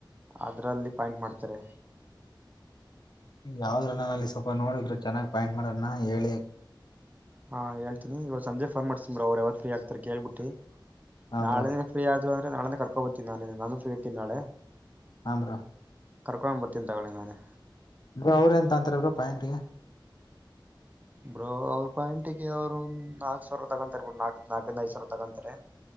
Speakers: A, on the right (about 20°); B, on the left (about 55°).
A: ಅದ್ರಲ್ಲಿ ಪಾಯಿಂಟ್ ಮಾಡ್ತಾರೆ
B: ಯಾವದ್ರಲ್ಲ ನ ಅಲ್ಲಿ ಸ್ವಲ್ಪ ನೋಡಿದರು ಚೆನ್ನಾಗಿ ಪಾಯಿಂಟ್ ಮಾಡನ ಹೇಳಿ
A: ಹಾ ಹೇಳ್ತನಿ ಇವಾಗ ಸಂಜೆ ಫೋನ್ ಮಾಡ್ಸೀನೀಬ್ರೋ ಅವರು ಯಾವಾಗ ಫ್ರೀ ಆಗ್ತಾರೆ ಕೇಳ್ಬಿಟ್ಟಿ.
B: ಹಾ
A: ನಾಳೆ
B: ಬ್ರೋ
A: ನೆ ಫ್ರೀ ಆದ್ರು ನಾಳೆ ಕರ್ಕೊಬತೀನಿ ನಾಳೆನೆ ನಾನು ಫ್ರೀ ಇಡ್ತೀಿ ನಾಳೆ
B: ಹಾ ಬ್ರೋ
A: ಕರ್ಕೊಂಡ್ ಬರ್ತೀಿ ತಗೊಳಿ ನಾನೆ
B: ಬ ಅವ್ರ ಎನ್ ತಂತಾರೆ ಬ್ರೋ ಪ್ಯಾಂಟ್ ಗೆ.
A: ಬ್ರೋ ಅವ್ರ ಪಾಯಿಂಟಿಗೆ ಅವರು ನಾಕ್ ಸಾವಿರ ತಗಂತಾರೆ ನಾಕ್ ನಾಕಐದು ಸಾವಿರ ತಗೊಂತಾರೆ.